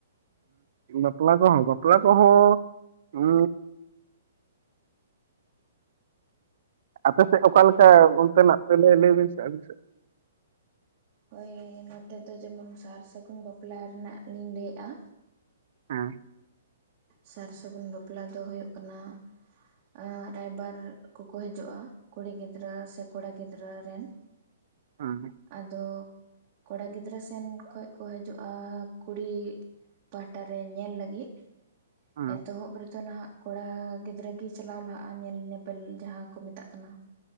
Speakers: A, on the right (about 60°); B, on the right (about 45°).
A: ᱩ ᱵᱟᱯᱞᱟ ᱠᱚᱦᱚᱸ ᱵᱟᱯᱞᱟ ᱠᱚᱦᱚ ᱩ ᱟᱯᱮ ᱥᱮᱫ ᱚᱠᱟ ᱞᱮᱠᱟ ᱚᱱᱛᱮᱱᱟᱜ ᱯᱮ ᱞᱟᱹᱭ ᱵᱤᱱ ᱥᱮ ᱟᱹᱵᱤᱱ ᱥᱮᱫ
B: ᱦᱳᱭ ᱱᱚᱛᱮ ᱫᱚ ᱡᱮᱢᱚᱱ ᱥᱟᱨ ᱥᱟᱹᱜᱩᱱ ᱵᱟᱯᱞᱟ ᱨᱮᱱᱟᱜ ᱞᱤᱧ ᱞᱟᱹᱭᱮᱫ-ᱟ
A: ᱦᱮᱸ
B: ᱥᱟᱨ ᱥᱟᱹᱜᱩᱱ ᱵᱟᱯᱞᱟ ᱫᱚ ᱦᱩᱭᱩᱜ ᱠᱟᱱᱟ ᱟ ᱨᱟᱭᱵᱟᱨ ᱠᱚᱠᱚ ᱦᱤᱡᱩᱜ-ᱟ᱾ ᱠᱩᱲᱤ ᱜᱤᱫᱽᱨᱟᱹ ᱥᱮ ᱠᱚᱲᱟ ᱜᱤᱫᱽᱨᱟᱹ ᱨᱮᱱ?
A: ᱦᱩᱸ
B: ᱟᱫᱚ ᱠᱚᱲᱟ ᱜᱤᱫᱽᱨᱟᱹ ᱥᱮᱱ ᱠᱷᱚᱱ ᱠᱚ ᱦᱤᱡᱩᱜ-ᱟ ᱠᱩᱲᱤ ᱯᱟᱦᱟᱴᱟ ᱨᱮ ᱧᱮᱞ ᱞᱟᱹᱜᱤᱫ
A: ᱦᱮᱸ
B: ᱮᱛᱚᱦᱚᱵ
A: ᱦᱮᱸ
B: ᱨᱮᱫᱚ ᱱᱟᱦᱟᱜ ᱠᱚᱲᱟ ᱜᱤᱫᱽᱨᱟᱹ ᱜᱮ ᱪᱟᱞᱟᱣ ᱞᱟᱦᱟᱜ-ᱟ᱾ ᱧᱮᱞ ᱧᱮᱯᱮᱞ ᱡᱟᱦᱟᱸ ᱠᱚ ᱢᱮᱛᱟᱜ ᱠᱟᱱᱟᱹ